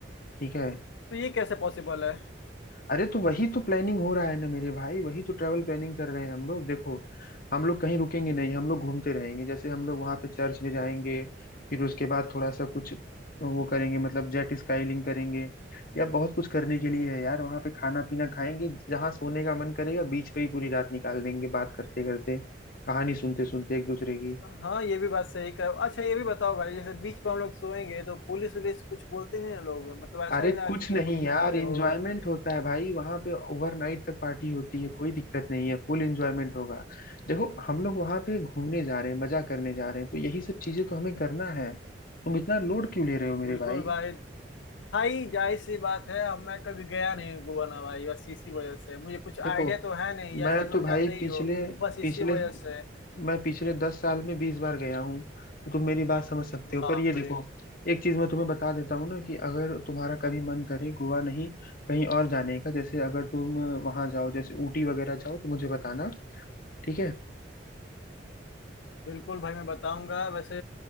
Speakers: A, on the left (about 50°); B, on the left (about 80°).
A: ठीक है
B: तो ये कैसे पॉसिबल है
A: अरे तो वही तो प्लानिंग हो रहा है ना मेरे भाई वही तो ट्रैवल प्लानिंग कर रहे हैं हम लोग देखो हम लोग कहीं रुकेंगे नहीं हम लोग घूमते रहेंगे जैसे हम लोग वहां पे चर्च में जाएंगे फिर उसके बाद थोड़ा सा कुछ वो करेंगे मतलब जेट स्काईलिंग करेंगे या बहुत कुछ करने के लिए है यार वहां पे खाना पीना खाएंगे जहाँ सोने का मन करेगा बीच पे ही पूरी रात निकाल देंगे बात करते करते कहानी सुनते सुनते एक दूसरे की
B: हाँ ये भी बात सही कर अच्छा ये भी बताओ भाई जैसे बीच पे हम लोग सोएंगे तो पुलिस वुलिस कुछ बोलते नहीं ना लोग मतलब ऐसा
A: अरे
B: नहीं ना
A: कुछ
B: कि, कि
A: नहीं
B: बीच पे
A: यार
B: सोए
A: एंजॉयमेंट
B: हो
A: होता है भाई वहां पे ओवरनाइट तक पार्टी होती है कोई दिक्कत नहीं है फुल एंजॉयमेंट होगा देखो हम लोग वहां पे घूमने जा रहे हैं मजा करने जा रहे हैं तो यही सब चीजें तो हमें करना है तुम इतना लोड क्यों ले रहे हो मेरे
B: बिल्कुल
A: भाई
B: भाई भाई जाहिर सी बात है अब मैं कभी गया नहीं हूँ गोवा ना भाई बस इसी वजह से मुझे कुछ
A: देखो
B: आइडिया तो है नहीं जैसा
A: मैं
B: तुम
A: तो भाई
B: जानते ही
A: पिछले
B: हो बस इसी
A: पिछले
B: वजह से
A: मैं पिछले दस साल में बीस बार गया हूँ तो तुम मेरी बात समझ सकते
B: बाप
A: हो पर ये देखो
B: रे
A: एक चीज मैं तुम्हें बता देता हूँ ना कि अगर तुम्हारा कभी मन करे गोवा नहीं कहीं और जाने का जैसे अगर तुम वहां जाओ जैसे ऊटी वगैरह जाओ तो मुझे बताना ठीक है
B: बिल्कुल भाई मैं बताऊंगा वैसे